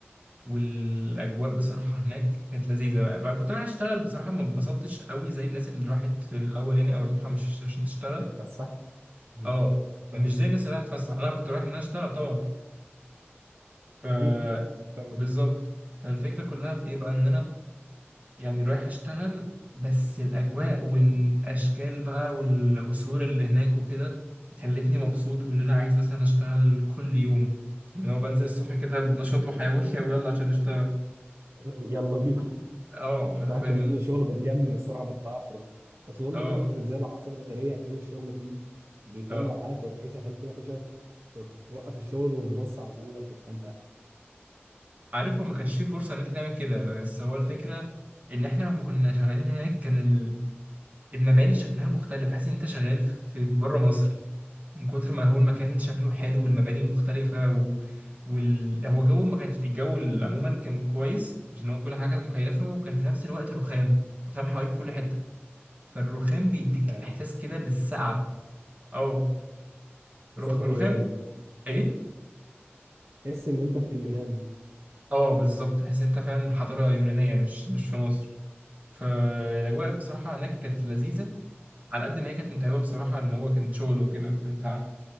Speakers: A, on the right; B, on the right.
A: والاجواء بصراحه هناك كانت لذيذه بقى بقى كنت رايح اشتغل بصراحه ما اتبسطتش قوي زي الناس اللي راحت في الاول يعني او رايحه مش عشان تشتغل
B: تتفسح مم.
A: اه
B: فاهم
A: مش زي الناس اللي راحت تفسح انا كنت رايح ان انا اشتغل طبعا ف
B: اكيد فاهم
A: بالظبط
B: قصدي؟
A: فالفكره كلها في ايه بقى ان انا يعني رايح اشتغل بس الاجواء والاشكال بقى والقصور اللي هناك وكده خلتني مبسوط وان انا عايز مثلا اشتغل كل يوم لو بنزل الصبح كده بنشاط وحيويه ويلا <laughs> عشان نشتغل
B: يلا بينا
A: اه حرفيا
B: راح كان بيبدأ الشغل بتجنن الصراحه من التعثر بس طول
A: اه
B: ما كانت في زي العاصمه الاداريه هيكون الشغل فيه بيطل
A: اه
B: على حاجه كويسه حلو كده كل شويه توق- توقف الشغل وتبص على المنظر تستمتع
A: عارف هو ما كانش فيه فرصة ان انت تعمل كده بس هو الفكرة ان احنا لما كنا شغالين هناك كان ال- المباني شكلها مختلف حاسس ان انت شغال في بره مصر من كتر ما هو المكان شكله حلو والمباني مختلفة و... وال... هو جو ما كانش الجو ال- عموما كان كويس عشان هو كل حاجة كانت مكيفة وكان في نفس الوقت رخام رخام حواليك في كل حتة فالرخام بيديك
B: فاهم
A: احساس كده بالسقعة اه
B: تحس
A: رخ...
B: ان انت
A: رخام
B: في اليونان
A: ايه
B: تحس ان انت في اليونان
A: اه بالظبط تحس إن انت فعلا حضارة يونانية مش مش في مصر فالاجواء بصراحه هناك كانت لذيذه على قد ما هي كانت متعبه بصراحه ان هو كان شغل وكده كنت ع...